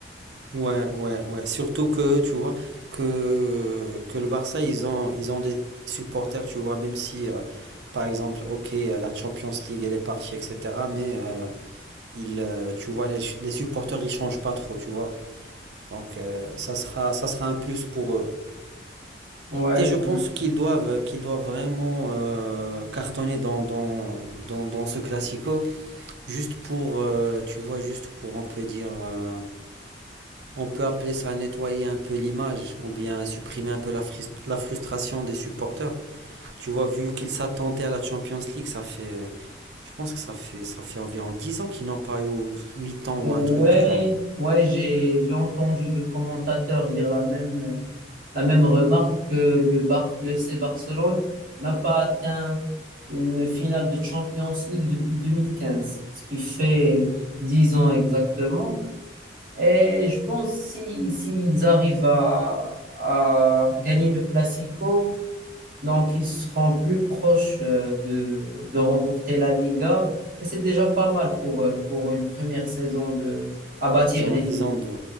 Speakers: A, on the right (about 65°); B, on the right (about 45°).
A: Ouais, ouais, ouais. Surtout que, tu vois, que, que le Barça, ils ont, ils ont des supporters, tu vois, même si, euh, par exemple, ok, euh, la Champions League, elle est partie, etc. Mais, euh, ils, euh, tu vois, les, les supporters, ils changent pas trop, tu vois. Donc, euh, ça sera, ça sera un plus pour eux.
B: Ouais,
A: Et je pense
B: ouais.
A: qu'ils doivent, qu'ils doivent vraiment euh, cartonner dans, dans, dans, dans ce classico, juste pour, euh, tu vois, juste pour, on peut dire... euh, on peut appeler ça nettoyer un peu l'image ou bien supprimer un peu la, fris- la frustration des supporters. Tu vois, vu qu'ils s'attendaient à la Champions League, ça fait, je pense que ça fait, ça fait environ 10 ans qu'ils n'ont pas eu, ou 8 ans
B: Ouais,
A: ou un truc du genre.
B: ouais, j'ai j'ai entendu le commentateur dire la même euh, la même remarque que le Bar le F C Barcelone n'a pas atteint une finale de Champions League depuis 2015, ce qui fait
A: Ouais,
B: dix
A: ça
B: ans exactement.
A: fait 10 là.
B: Et je pense si s'ils arrivent à, à gagner le Classico, donc ils seront plus proches euh, de, de remporter la Liga. Et c'est déjà pas mal pour, euh, pour une première saison de, à bâtir
A: Ils ont,
B: l'équipe.
A: ils ont deux,